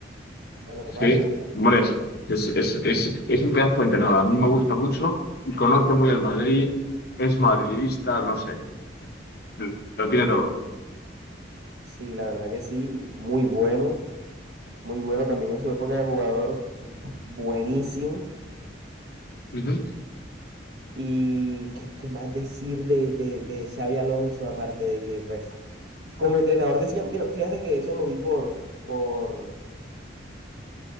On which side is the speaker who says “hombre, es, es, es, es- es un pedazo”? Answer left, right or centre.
Left